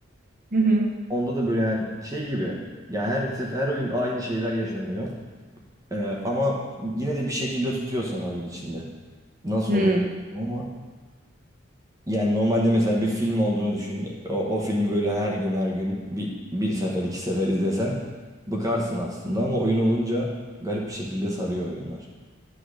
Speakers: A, on the right; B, on the right.
A: Hı hı.
B: Onda da böyle yani şey gibi. Yani her sefer her oyun aynı şeyler yaşanıyor. E, ama yine de bir şekilde tutuyor seni oyun içinde. Nasıl
A: Hmm.
B: oluyor? Ama Yani normalde mesela bir film olduğunu düşün. O, o filmi böyle her gün her gün bir, bir sefer iki sefer izlesen bıkarsın aslında ama oyun olunca garip bir şekilde sarıyor oyunlar.